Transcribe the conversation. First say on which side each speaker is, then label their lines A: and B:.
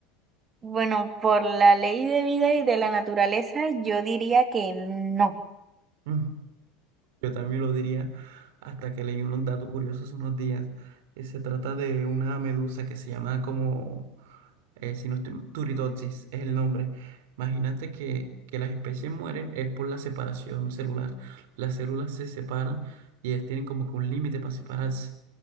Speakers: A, on the right; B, on the right.
A: bueno, por la ley de vida y de la naturaleza, yo diría que no.
B: Mm, yo también lo diría hasta que leí unos datos curiosos unos días. Eh, se trata de una medusa que se llama como eh, si no estoy mal, Turritopsis es el nombre. Imagínate que, que las especies mueren es por la separación celular. Las células se separan y ellas tienen como que un límite para separarse.